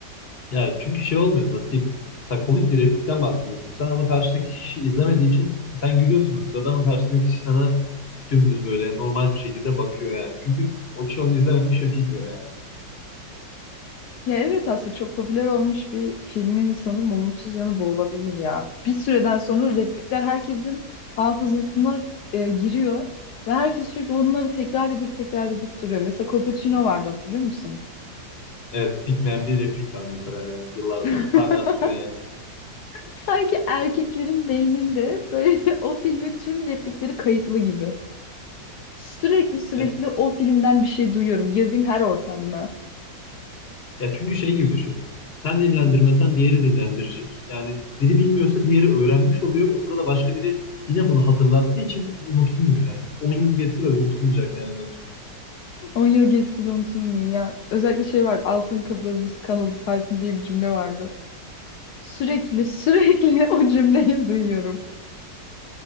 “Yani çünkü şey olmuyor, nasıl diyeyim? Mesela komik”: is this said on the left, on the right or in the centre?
Left